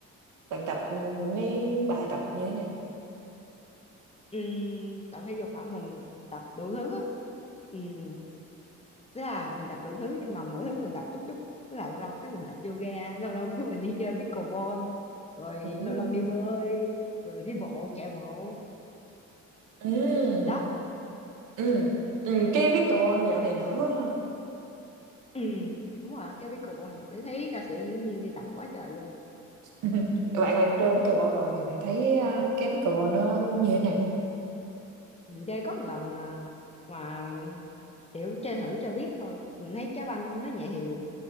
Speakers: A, on the right; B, on the left.
A: bạn tập những cái bài tập như thế này.
B: Ừm, tập thể dục hả mình tập đủ thứ á Ừm, tức là mình tập đủ thứ nhưng mà mỗi thứ mình tập chút chút tức là lâu lâu cái mình tập yoga lâu lâu cái mình đi chơi pickleball rồi
A: Ừ.
B: lâu lâu đi bơi rồi đi bộ chạy bộ
A: Ừ.
B: đó
A: Ừ. Ừ. Cái pickleball dạo này nổi quá ha.
B: ừ đúng rồi cái pickleball nổi thấy ca sĩ diễn viên đi tập quá trời luôn
A: <laughs> Bạn bạn chơi pickleball rồi thì bạn thấy à, cái pickleball nó như thế nào?
B: mình chơi có một lần à, mà kiểu chơi thử cho biết thôi mình thấy trái banh nó nhẹ hiều